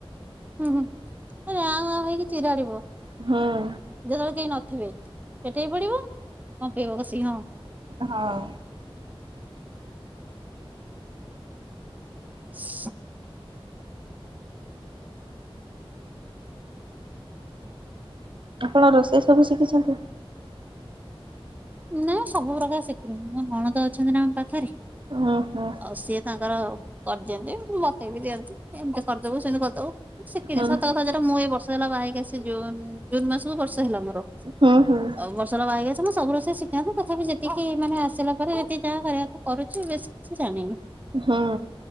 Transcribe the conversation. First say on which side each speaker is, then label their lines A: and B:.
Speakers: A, on the right; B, on the right.
A: ହୁଁ ହୁଁ ଖାଲି ଆଁ ଆଁ ହେଇକି ଚିର୍ହାଡିବ।
B: ହଁ।
A: ଯେତବେଳେ କେହି ନଥିବେ ପେଟେଇ ପଡିବ କମ୍ପେଇବ କଷିକି ହଁ।
B: ହଁ।
A: <inaudible>
B: ଆପଣ ରୋଷେଇ ସବୁ ଶିଖିଛନ୍ତି।
A: ନା ସବୁ ପ୍ରକାର ଶିଖିନି ମୋ ନଣନ୍ଦ ତ ଅଛନ୍ତି ନା ଆମ୍ ପାଖରେ
B: ହୁଁ ହୁଁ
A: ଆଉ ସିଏ ତାଙ୍କର କର୍ଦିଅନ୍ତି ମତେବି ଦିଅନ୍ତି ଏମ୍ତି କର୍ଦବୁ ସେମ୍ତି କର୍ଦବୁ ମୁଁ ଶିଖିନି
B: ହୁଁ
A: ସତକଥା ଯ ମୁଁ ଏଇ ବର୍ଷେ ହେଲା ବାହାହେଇକି ସେ ଜୁନ୍ ଜୁନ୍ ମାସକୁ ବର୍ଷେ ହେଲା ମୋର
B: ହୁଁ ହୁଁ
A: ବର୍ଷେ ହେଲା ବାହାହେଇ କ୍ ତ ମୁଁ ସବୁ ରୋଷେଇ ଶିଖାନ୍ତି ତଥାପି ଯେତିକି ମାନେ ଆସିଲା କରେ ଯେତିକି ଯାହା କରିବାକଥା କରୁଛି ବେଶି ସେ ଜାଣିନି
B: ହୁଁ